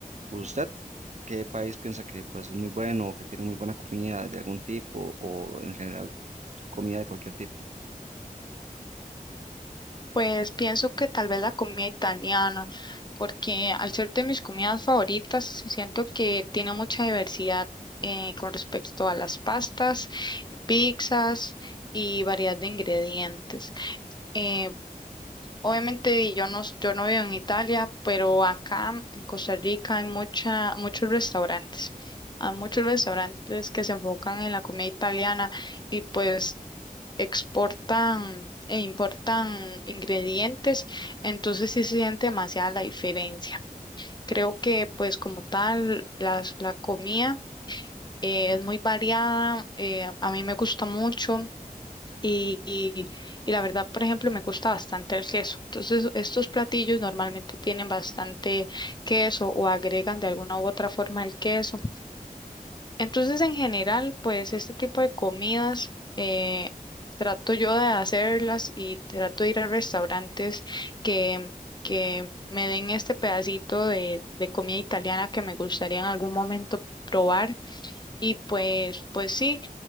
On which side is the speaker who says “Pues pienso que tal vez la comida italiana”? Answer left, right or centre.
Left